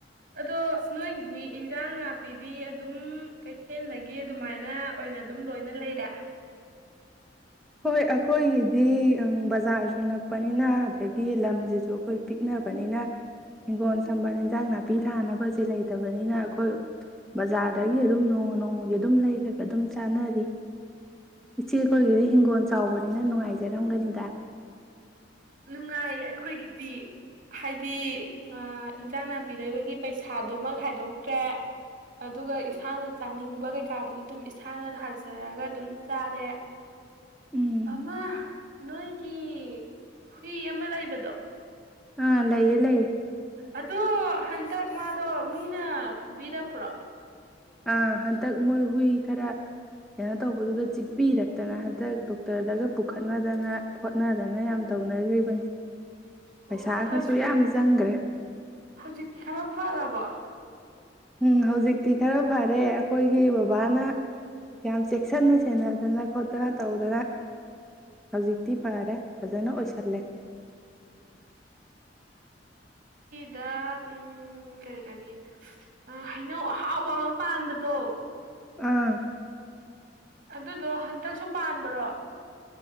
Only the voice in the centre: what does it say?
ꯍꯣꯏ ꯑꯩꯈꯣꯏꯒꯤꯗꯤ ꯕꯖꯥꯔꯁꯨ ꯅꯛꯄꯅꯤꯅ ꯑꯗꯒꯤ ꯂꯝꯁꯤꯁꯨ ꯑꯩꯈꯣꯏ ꯄꯤꯛꯅꯕꯅꯤꯅ ꯍꯤꯡꯒꯣꯜ ꯁꯝꯕꯜ ꯏꯟꯖꯥꯡ ꯅꯥꯄꯤ ꯊꯥꯅꯕꯁꯦ ꯂꯩꯇꯕꯅꯤꯅ ꯑꯩꯈꯣꯏ ꯕꯖꯥꯔꯗꯒꯤ ꯑꯗꯨꯝ ꯅꯣꯡꯃ ꯅꯣꯡꯃꯒꯤ ꯑꯗꯨꯝ ꯂꯩꯔꯒ ꯑꯗꯨꯝ ꯆꯥꯅꯔꯤ ꯏꯆꯦꯈꯣꯏꯒꯤꯗꯤꯣꯜ ꯐꯣꯟ ꯆꯥꯎꯕꯅꯤꯅ ꯅꯨꯡꯉꯥꯏꯖꯔꯝꯒꯅꯤꯗ
ꯎꯝ
ꯑꯥ ꯂꯏ ꯂꯩꯦ
ꯑꯥ ꯍꯟꯗꯛ ꯃꯣꯏ ꯍꯨꯏ ꯈꯔ ꯀꯩꯅꯣ ꯇꯧꯕꯗꯨꯗ ꯆꯤꯛꯄꯤꯔꯛꯇꯅ ꯍꯟꯗꯛ ꯗꯣꯛꯇꯔꯗꯒ ꯄꯨꯈꯠꯅꯗꯅ ꯍꯣꯠꯅꯗꯅ ꯌꯥꯝ ꯇꯧꯅꯈ꯭ꯔꯤꯕꯅꯤ ꯄꯩꯁꯥꯒꯁꯨ
ꯌꯥꯝ ꯆꯪꯈ꯭ꯔꯦ
ꯎꯝ ꯍꯧꯖꯤꯛꯇꯤ ꯈꯔ ꯐꯔꯦ ꯑꯩꯈꯣꯏꯒꯤ ꯕꯕꯥꯅ ꯌꯥꯝ ꯆꯦꯛꯁꯤꯟꯅ ꯁꯦꯟꯅꯗꯅ ꯈꯣꯠꯇꯅ ꯇꯧꯗꯅ ꯍꯧꯖꯤꯛꯇꯤ ꯐꯔꯦ ꯐꯖꯅ ꯑꯣꯏꯁꯜꯂꯦ
ꯎꯥ